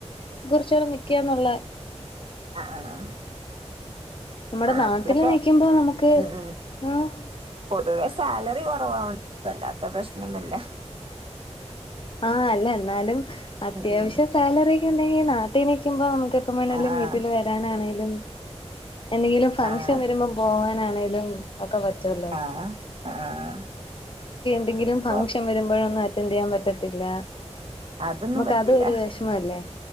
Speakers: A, on the left (about 50°); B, on the right (about 55°).
A: കുറിച്ചു നീക്കാന്നുള്ളെ
B: ആ ആ.
A: നമ്മുടെ
B: നാട്ടിലൊക്കെ
A: നാട്ടില് നിക്കുമ്പോ നമുക്ക്
B: ഉം ഉം
A: ആഹ്
B: പൊതുവെ സ്‌ സാലറി കൊറവാ വല്ലാത്ത പ്രശ്നൊന്നുല്ല.
A: ആ അല്ല എന്നാലും അത്യാവശ്യം
B: ഉം ഉം
A: സാലറിയൊക്കെ ഉണ്ടെങ്കി നാട്ടിൽ നിക്കുമ്പോ നമുക് ക്ക് എപ്പം വേണേലും
B: ആഹ്
A: വീട്ടിൽ വരാനാണെലും എന്തെങ്കിലും ഫംഗ്ഷൻ
B: ആഹ്
A: വരുമ്പോ പോവാൻ ആണേലും ഒക്കെ പറ്റുമല്ലോ.
B: ആഹ് ആഹ്
A: എന്തെങ്കിലും ഫംഗ്ഷൻ
B: പൊർ
A: വരുമ്പോഴൊന്നും അറ്റൻറ് ചെയ്യാൻ പറ്റ ത്തില്ല.
B: അതൊന്നും
A: നമുക്കതു
B: പറ്റില്ല
A: ഒരു വിഷമമല്ലേ